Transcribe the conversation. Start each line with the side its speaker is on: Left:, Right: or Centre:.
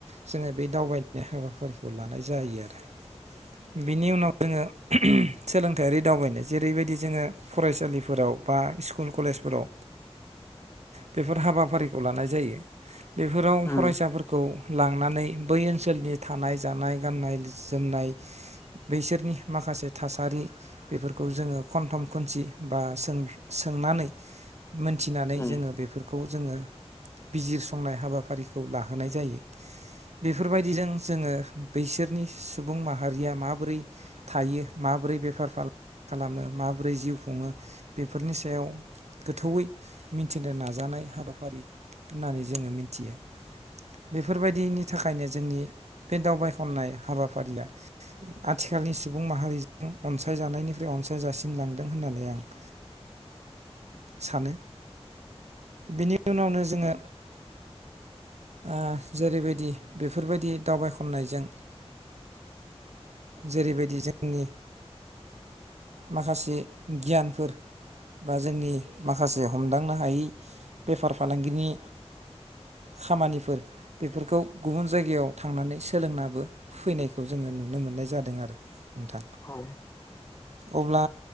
Right: जोङो बे दावबायनाय हाबाफारिखौ लानाय जायो आरो बिनि उनाव जोङो सोलोंथाइयारि दावबायनाय जेरैबायदि जोङो फरायसालिफोराव बा स्कुल कलेजफोराव बेफोर हाबाफारिखौ लानाय जायो बेफोराव
Left: उम
Right: फरायसाफोरखौ लांनानै बै ओनसोलनि थानाय जानाय गाननाय जोमनाय बैसोरनि माखासे थासारि बेफोरखौ जोङो खनथम खनसि बा सों सोंनानै मोनथिनानै
Left: उम
Right: जोङो बेफोरखौ जोङो बिजिरसंनाय हाबाफारिखौ लाहोनाय जायो। बेफोरबायदिजों जोङो बैसोरनि सुबुं माहारिया माबोरै थायो माबोरै बेफार फाला खालामो माबोरै जिउ खुङो बेफोरनि सायाव गोथौवै मिथिनो नाजानाय हाबाफारि होननानै जोङो मिथियो। बेफोरबायदिनि थाखायनो जोंनि बे दावबायखननाय हाबाफारिया आथिखालनि सुबुं माहारिजों अनसायजानायनिफ्राय अनसाय जासिनलांदों होननानै आं ओ सानो बिनि उनावनो जोङो आ जेरैबायदि बेफोरबायदि दावबायखननायजों जेरैबायदि जोंनि माखासे गियानफोर बा जोंनि माखासे हमदांनो हायि बेफार फालांगिनि खामानिफोर बेफोरखौ गुबुन जायगायाव थांनानै सोलोंनाबो फैनायखौ जोङो नुनो मोननाय जादों आरो नोंथां
Left: औ।
Right: अब्ला